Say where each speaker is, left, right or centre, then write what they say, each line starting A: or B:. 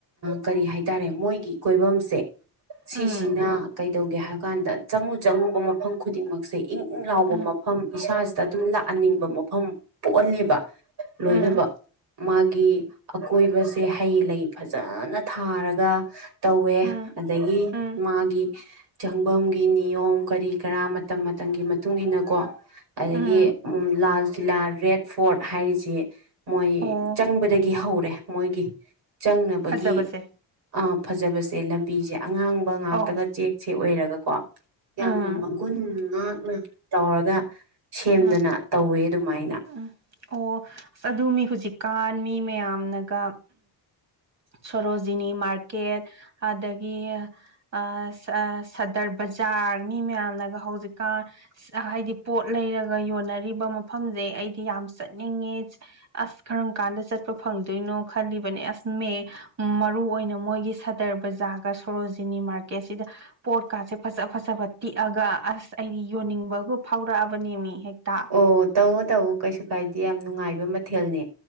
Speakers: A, on the right; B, on the right.
A: ꯀꯔꯤ ꯍꯥꯏꯇꯥꯔꯦ ꯃꯣꯏꯒꯤ ꯀꯣꯏꯕꯝꯁꯦ ꯁꯤꯁꯤꯅ
B: ꯎꯝ
A: ꯀꯩꯗꯧꯒꯦ ꯍꯥꯏꯕ ꯀꯥꯟꯗ ꯆꯪꯉꯨ ꯆꯪꯉꯨꯕ ꯃꯐꯝ ꯈꯨꯗꯤꯡ ꯃꯛꯁꯦ ꯏꯪꯪ ꯏꯪ ꯂꯥꯎꯕ
B: ꯎꯝ
A: ꯃꯐꯝ ꯏꯁꯥꯁꯤꯗ ꯑꯗꯨꯝ ꯂꯥꯛꯍꯟꯅꯤꯡꯕ ꯃꯐꯝ ꯄꯣꯛꯍꯜꯂꯦꯕ ꯂꯣꯏꯅꯕ
B: ꯎꯝ
A: ꯃꯥꯒꯤ ꯑꯀꯣꯏꯕꯁꯦ ꯍꯩ ꯂꯩ ꯐꯖꯅ ꯊꯥꯔꯒ ꯇꯧꯋꯦ
B: ꯎꯝ ꯎꯝ
A: ꯑꯗꯒꯤ
B: ꯎꯝ
A: ꯃꯥꯒꯤ ꯆꯪꯕꯝꯒꯤ ꯅꯤꯌꯣꯝ ꯀꯔꯤ ꯀꯔꯥ ꯃꯇꯝ ꯃꯇꯝꯒꯤ ꯃꯇꯨꯡ ꯏꯟꯅꯀꯣ ꯑꯗꯒꯤ
B: ꯎꯝ
A: ꯂꯥꯜ ꯆꯤꯂꯥ ꯔꯦꯠ ꯐꯣꯔꯠ ꯍꯥꯏꯔꯤꯁꯦ ꯃꯣꯏ
B: ꯑꯣ
A: ꯆꯪꯕꯗꯒꯤ ꯍꯧꯔꯦ ꯃꯣꯏꯒꯤ ꯆꯪꯅꯕꯒꯤ
B: ꯐꯖꯕꯁꯦ
A: ꯑ ꯐꯖꯕꯁꯦ ꯂꯝꯕꯤꯁꯦ ꯑꯉꯥꯡꯕ ꯉꯥꯛꯇꯒ
B: ꯑꯧ
A: ꯆꯦꯛꯁꯦ ꯑꯣꯏꯔꯒꯀꯣ ꯌꯥꯝꯅ
B: ꯎꯝ
A: ꯃꯒꯨꯟ ꯉꯥꯛꯅ ꯇꯧꯔꯒ ꯁꯦꯝꯗꯅ
B: ꯎꯝ
A: ꯇꯧꯋꯦ ꯑꯗꯨꯃꯥꯏꯅ
B: ꯎꯝ ꯑꯣ ꯑꯁ ꯑꯗꯨ ꯃꯤ ꯍꯨꯖꯤꯛꯀꯥꯟ ꯃꯤ ꯃꯌꯥꯝꯅꯒ ꯁꯣꯔꯣꯖꯤꯅꯤ ꯃꯥꯔꯀꯦꯠ ꯑꯗꯒꯤ ꯑ ꯁ ꯁꯗꯔ ꯕꯖꯥꯔ ꯃꯤ ꯃꯌꯥꯝꯅꯒ ꯍꯧꯖꯤꯛꯀꯥꯟ ꯍꯥꯏꯗꯤ ꯄꯣꯠ ꯂꯩꯔꯒ ꯌꯣꯟꯅꯔꯤꯕ ꯃꯐꯝꯁꯦ ꯑꯩꯗꯤ ꯌꯥꯝ ꯆꯠꯅꯤꯡꯉꯦ ꯑꯁ ꯀꯔꯝ ꯀꯥꯟꯗ ꯆꯠꯄ ꯐꯪꯗꯣꯏꯅꯣ ꯈꯜꯂꯤꯕꯅꯦ ꯑꯁ ꯃꯦ ꯃꯔꯨ ꯑꯣꯏꯅ ꯃꯣꯏꯒꯤ ꯁꯥꯗꯔ ꯕꯖꯥꯔꯒ ꯁꯣꯔꯣꯖꯤꯅꯤ ꯃꯥꯔꯀꯦꯠꯁꯤꯗ ꯄꯣꯠ ꯀꯥꯁꯦ ꯐꯖ ꯐꯖꯕ ꯇꯤꯛꯑꯒ ꯑꯁ ꯑꯩꯗꯤ ꯌꯣꯟꯅꯤꯡꯕꯒ ꯐꯥꯎꯔꯛꯑꯕꯅꯦꯃꯤ ꯍꯦꯛꯇ
A: ꯑꯣ ꯇꯧꯑꯣ ꯇꯧꯑꯣ ꯀꯩꯁꯨ ꯀꯥꯏꯗꯦ ꯌꯥꯝ ꯅꯨꯡꯉꯥꯏꯕ ꯃꯊꯦꯜꯅꯦ